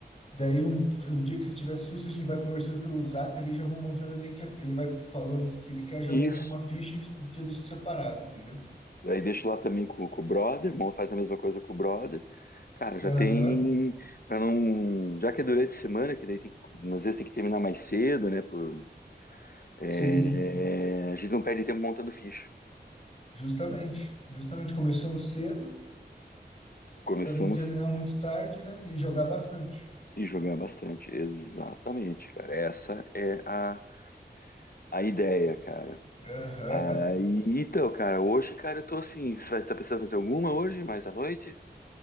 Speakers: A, on the left; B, on the left.
A: daí um, um dia que você tiver susto, a gente vai conversando pelo Zap, ele já vou montando meio que, a- ele vai falando o que, que ele quer, já
B: Isso.
A: monta uma ficha e já deixa separado, entendeu?
B: Daí deixo lá também com, com o brother, irmão faz a mesma coisa com o brother. Cara, já
A: Aham,
B: tem para não, já que é durante a semana, que daí tem que, às vezes tem que terminar mais cedo, né, por é,
A: sim,
B: a gente não perde tempo montando ficha.
A: justamente. Justamente começamos cedo,
B: Começamos
A: para não terminar muito tarde, né, e jogar bastante.
B: e jogando bastante. Exatamente, cara. Essa é a, a ideia, cara.
A: Aham.
B: Aí, então, cara, hoje, cara, eu tô assim, você vai estar pensando em fazer alguma hoje, mais à noite?